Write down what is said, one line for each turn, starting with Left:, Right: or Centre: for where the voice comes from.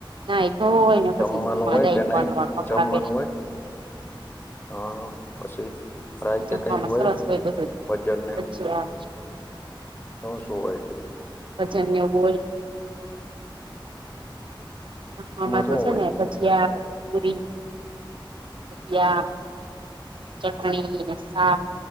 Right: નાહી ધોઈન ને
Left: જમવાનું
Right: પછી જમવા
Left: હોય
Right: જાય
Left: કે
Right: નવા-નવા
Left: નહી
Right: કપડાં
Left: જમવાનું
Right: પહેરીન.
Left: હોય હા. પછી? રાઈતે
Right: જમવામાં
Left: કાંઈ હોય?
Right: સરસ બધું
Left: ભજન ને
Right: ભજીયા
Left: એવું? શું-શું હોય?
Right: ભજન ને એવું હોય. જમવામાં
Left: શું
Right: તો છે
Left: હોય
Right: ને, ભજીયા, પુરી <unintelligible> ચટણી ને શાક.